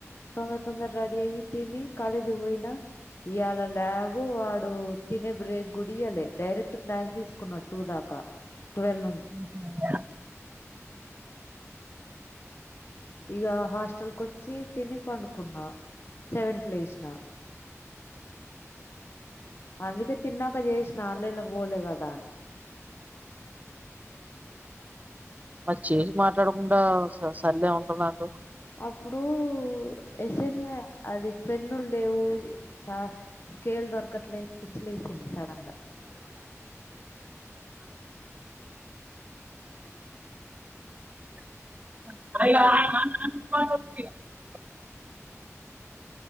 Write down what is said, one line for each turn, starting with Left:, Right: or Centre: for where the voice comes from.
Left: తొందర్ తొందర్ రెడీ అయి తిని కాలేజ్ పోయిన ఇయాళ ల్యాబు వాడు తినే బ్రేక్ గుడియలే డైరెక్ట్ క్లాస్ తీసుకున్నడ్ టూ దాకా ట్వల్
Right: ఉ హ్
Left: ఇగ హాస్టల్కొచ్చి తిని పండుకున్నా సెవెన్కి లేసిన అందుకే తిన్నాక జేస్ ఆన్లైన్ల ఓలే గదా అని
Right: మరి చేంజ్ మాట్లాడకుండా సర్లే ఉంటుంనటు
Left: అప్పుడూ ఎసన్వే అది పెన్నుల్ లేవు సా స్కేల్ దొరకట్లే పిచ్చిలేసింది సడన్గా
Right: <unintelligible>